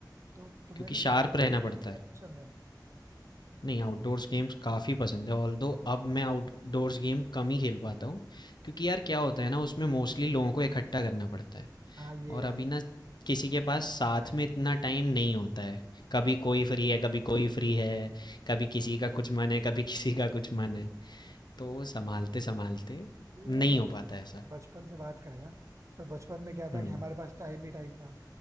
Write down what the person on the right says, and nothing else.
तो तुम्हें
भी
आउटडोर
गेम
बहुत
पसंद है
हाँ ये
यार
ये
है, मतलब
बचपन से बात करें ना तो बचपन में क्या था
कि हमारे पास टाइम ही टाइम था